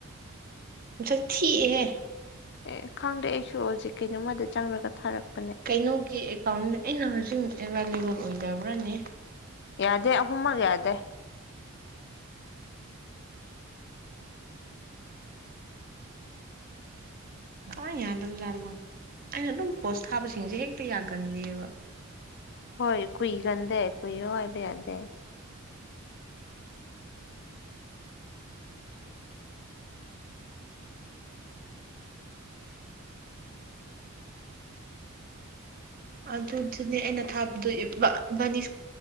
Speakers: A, on the right; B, on the left.
A: <unintelligible> ꯊꯤꯍꯦ
B: ꯑꯦ ꯈꯪꯗꯦ ꯑꯩꯁꯨ ꯍꯧꯖꯤꯛ ꯀꯩꯅꯣꯃꯗ ꯆꯪꯉꯒ ꯊꯥꯔꯛꯄ
A: ꯀꯩꯅꯣꯒꯤ ꯑꯦꯀꯥꯎꯟ ꯑꯩꯅ ꯍꯧꯖꯤꯛ ꯑꯦꯕꯥꯏꯂꯦꯕꯜ ꯑꯣꯏꯗꯕ꯭ꯔꯥꯅꯦ
B: ꯌꯥꯗꯦ ꯑꯍꯨꯝꯃꯛ ꯌꯥꯗꯦ
A: ꯍ ꯌꯥꯗ꯭ꯔ ꯌꯥꯜꯂꯣ ꯑꯩꯅ ꯑꯗꯨꯝ ꯄꯣꯁ ꯊꯥꯕꯁꯤꯡꯁꯦ ꯍꯦꯛꯇ ꯌꯥꯒꯟꯗꯦꯕ
B: ꯍꯣꯏ ꯀꯨꯏꯒꯟꯗꯦ ꯀꯨꯏꯌꯣ ꯍꯥꯏꯕ ꯌꯥꯗꯦ
A: ꯑꯗꯨꯗꯨꯅꯦ ꯑꯩꯅ ꯊꯥꯗꯕꯥꯅꯤ